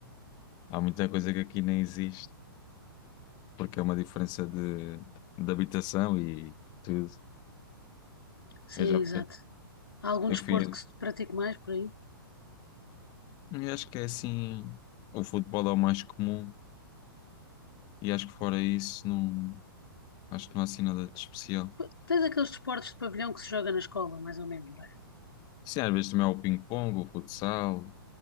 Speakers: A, on the left (about 35°); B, on the left (about 80°).
A: Há muita coisa que aqui nem existe, porque é uma diferença de, de habitação e tudo.
B: Sim,
A: Eu já,
B: exato. Há algum
A: eu
B: desporto
A: fui,
B: que se pratique mais por aí?
A: eu acho que é assim, o futebol é o mais comum e acho que fora isso não, acho que não há assim nada de especial.
B: Pô, Tens aqueles desportos de pavilhão que se joga na escola, mais ou menos, não é?
A: Sim, às vezes também há o ping-pong, o futsal,